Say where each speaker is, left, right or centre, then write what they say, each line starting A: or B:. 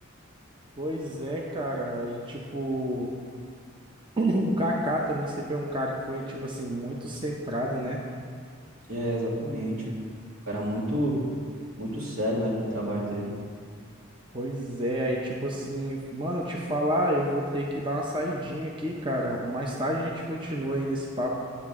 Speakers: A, on the right; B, on the right.
A: Pois é, cara, e tipo, <clears throat> o Kaká também sempre é um cara que foi, tipo assim, muito centrado, né?
B: É, exatamente. O cara muito, muito sério, né, com o trabalho dele.
A: Pois é, aí tipo assim, mano, te falar, eu vou ter que dar uma saidinha aqui, cara. Mais tarde a gente continua aí nesse papo.